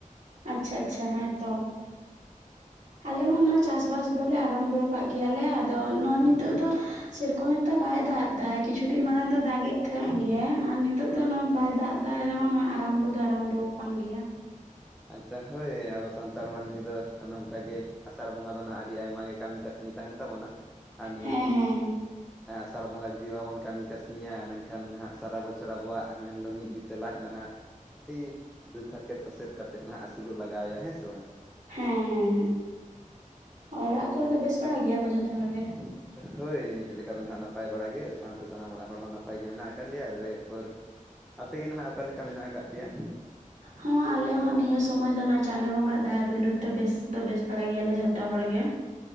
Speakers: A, on the right; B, in the centre.
A: ᱟᱪᱪᱷᱟ ᱟᱪᱪᱷᱟ ᱦᱮᱸᱛᱚ ᱟᱞᱮ
B: ᱟᱨ
A: ᱦᱚᱸ ᱱᱚᱜᱚᱭ ᱪᱟᱥ ᱪᱟᱥᱵᱟᱥ ᱫᱚᱞᱮ ᱟᱨᱟᱢᱵᱚ ᱠᱟᱜ ᱜᱮᱭᱟᱞᱮ ᱟᱫᱚ ᱱᱚᱜᱚᱭ ᱱᱤᱛᱚᱜ ᱫᱚ ᱥᱮᱨᱚᱠᱚᱢ ᱮᱠᱴᱟ ᱵᱟᱭ ᱫᱟᱜ ᱮᱫᱟᱭ ᱠᱤᱪᱷᱩ ᱫᱤᱱ ᱢᱟᱲᱟᱝ ᱫᱚ ᱫᱟᱜ ᱜᱮᱜ ᱛᱟᱦᱮᱸᱜ ᱜᱮ ᱟᱨ ᱱᱤ ᱱᱤᱛᱚᱜ ᱫᱚ ᱱᱚᱜᱚᱭ ᱵᱟᱭ ᱫᱟᱜ ᱮᱫᱟ ᱨᱮᱦᱚᱸ ᱱᱚᱜᱚᱭ ᱟᱨᱟᱢᱵᱚ ᱫᱚ ᱟᱨᱟᱢᱵᱚ ᱟᱠᱟᱱ ᱜᱮᱭᱟ᱾
B: ᱟᱪᱪᱷᱟ ᱦᱳᱭ ᱟᱵᱚ ᱥᱟᱱᱛᱟᱲ ᱢᱟᱹᱱᱢᱤ ᱫᱚ ᱱᱚᱝᱠᱟ ᱜᱮ ᱟᱥᱟᱲ ᱵᱚᱸᱜᱟ ᱫᱚ ᱱᱟ ᱟᱹᱰᱤ ᱟᱭᱢᱟ ᱜᱮ ᱠᱟᱹᱢᱤ ᱠᱟᱹᱥᱱᱤ ᱛᱟᱦᱮᱱ ᱛᱟᱵᱚᱱᱟ ᱟᱨ ᱱᱤᱦᱟᱹᱛᱤ
A: ᱦᱮᱸ ᱦᱮᱸ ᱦᱮᱸ
B: ᱟᱥᱟᱲ ᱵᱚᱸᱜᱟ ᱡᱩᱫᱤ ᱵᱟᱵᱚᱱ ᱠᱟᱹᱢᱤ ᱠᱟᱹᱥᱱᱤᱭᱟ ᱢᱮᱱᱠᱷᱟᱱ ᱦᱟᱸᱜ ᱥᱟᱨᱟ ᱵᱚᱪᱷᱚᱨ ᱟᱵᱚᱣᱟᱜ ᱢᱮᱱᱫᱚ ᱢᱤᱫ ᱵᱤᱛᱟᱹ ᱞᱟᱡ ᱱᱟᱦᱟᱜ ᱟᱹᱰᱤ ᱫᱩᱠ ᱦᱟᱨᱠᱮᱛ ᱥᱟᱥᱮᱛ ᱠᱟᱛᱮᱜ ᱱᱟᱦᱟᱜ ᱟᱹᱥᱩᱞᱚᱜ ᱞᱟᱜᱟᱣ ᱮᱭᱟ ᱦᱮᱸ ᱥᱮ ᱵᱟᱝ?
A: ᱦᱮᱸ ᱦᱮᱸ ᱦᱮᱸ ᱚᱲᱟᱜ ᱠᱚᱨᱮ ᱫᱚ ᱵᱮᱥ ᱵᱟᱲᱟ ᱜᱮᱭᱟ ᱠᱚ ᱡᱷᱚᱛᱚ ᱦᱚᱲ ᱜᱮ?
B: ᱦᱳᱭ ᱱᱤᱛ ᱞᱮᱠᱟ ᱫᱚ ᱱᱟᱦᱜ ᱱᱟᱯᱟᱭ ᱵᱟᱲᱟ ᱜᱮ ᱥᱟᱶᱛᱮ ᱥᱟᱱᱟᱢ ᱚᱲᱟᱜ ᱦᱚᱲ ᱦᱚᱸ ᱱᱟᱯᱟᱭ ᱜᱮ ᱢᱮᱱᱟᱜ ᱟᱠᱟᱜ ᱞᱮᱭᱟ ᱟᱨ ᱨᱮᱱᱯᱟᱹᱨ ᱟᱯᱮᱜ ᱜᱮ ᱱᱟᱦᱟᱜ ᱚᱠᱟ ᱞᱮᱠᱟ ᱢᱮᱱᱟᱜ ᱟᱠᱟᱫ ᱯᱮᱭᱟ?
A: ᱦᱚᱸ ᱟᱞᱮ ᱦᱚᱸ ᱱᱤᱭᱟᱹ ᱥᱚᱢᱚᱭ ᱫᱚ ᱱᱚᱜ ᱪᱟᱸᱫᱳ ᱵᱚᱸᱜᱟ ᱟᱜ ᱫᱟᱭᱟ ᱫᱩᱞᱟᱹᱲ ᱫᱚ ᱵᱮᱥ ᱫᱚ ᱵᱮᱥ ᱵᱟᱲᱟ ᱜᱮᱭᱟᱞᱮ ᱡᱷᱚᱛᱚ ᱦᱚᱲ ᱜᱮ᱾